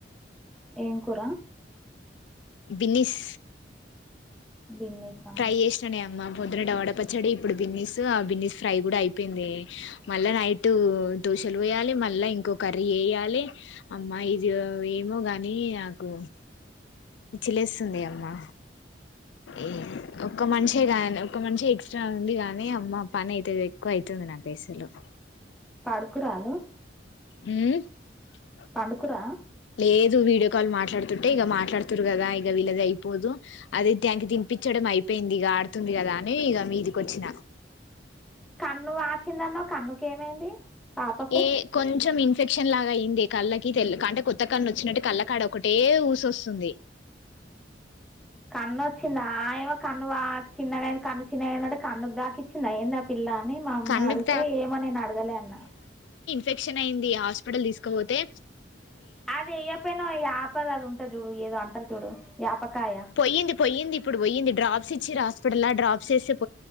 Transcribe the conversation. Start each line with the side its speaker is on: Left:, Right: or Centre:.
Centre: ఏం కూర
Left: హ్ బిన్నిస్
Centre: బిన్నీసా
Left: ట్రై చేసిననే అమ్మమ్ పొద్దున టమోడ పచ్చడి ఇప్పుడు బిన్నీస్, ఆ బిన్నీస్ ఫ్రై కూడా అయిపెయింది. మళ్ళా నైట్ దోశలు వేయాలి, మళ్ళా ఇంకో కర్రీ ఏయ్యాలి. అమ్మా ఇజిగో ఏమో, గానీ నాకు ఇచ్చిలేస్తుంది. అమ్మా ఇ ఒక్క మనిషి గాని ఒక మనిషి ఎక్స్ట్రా ఉంది. గానీ అమ్మ పని అయితే ఎక్కువ అయితుంది. నాక్ పైసలు
Centre: పడుకురాళ్ళు
Left: హ్మ్ ప్చ్
Centre: పండుకుర్రా
Left: లేదు వీడియో కాల్ మాట్లాడుతుంటే, ఇక మాట్లాడుతురు కదా ఇగ వీళ్లది, అయిపోదు అదే ట్యాంకి దిన్పిచ్చడం అయిప్ పెయిన్ది ఇగ ఆడుతుంది, కదా అనీ ఇగ మీదికొచ్చిన
Centre: ఖన్ను వాచిందన్నవ్ కన్నుకేమైంది. పాపకు
Left: ఏ కొంచెం ఇన్ పెక్షన్ లాగా అయింది. కళ్ళకి తెల్ద్ కాంటే కొత్త కన్ను వచ్చినట్టు కళ్ళకాడ ఒకటే ఊసొసుంది.
Centre: కన్నోచ్చిందా ఆయ్వక్ ఖన్ను వా చిన్నగాయింది కన్ను చిన్నగాయిందంటే కన్నుక్ దాక్చ్చిందా ఎన్దా పిల్లా అన్ని, మా అమ్మ
Left: కన్నుకి
Centre: అడుగుత్తే ఏమో నేను అడగలే అన్నా
Left: పెక్షన్ అయిన్దిగా హాస్పిటల్ తీస్కపోతే
Centre: అది ఏయ్కపోయ్నవా ఇగ ఆపదదు సరిజుడ్రు ఏదో అన్టర్ చూడు యాప్పక్కాయ
Left: పొయ్యింది పొయ్యింది ఇప్పుడు పోయ్యిన్ది డ్రాప్స్ ఇచ్చిర హాస్పిటల్లా డ్రాప్స్సెస్సెప్